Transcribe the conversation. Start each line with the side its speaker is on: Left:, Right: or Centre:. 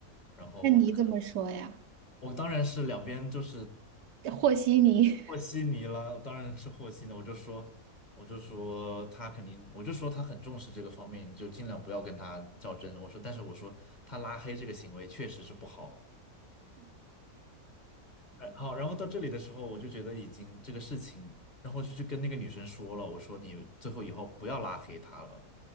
Left: 然后他就
Right: 那你怎么说呀？
Left: 我当然是两边就是
Right: 和稀泥，
Left: 和稀泥了，当然是和稀泥。我就说，我就说他肯定，我就说他很重视这个方面，你就尽量不要跟他较真。我说，但是我说他拉黑这个行为确实是不好。哎，好，然后到这里的时候，我就觉得已经这个事情，然后就去跟那个女生说了，我说你最后以后不要拉黑他了。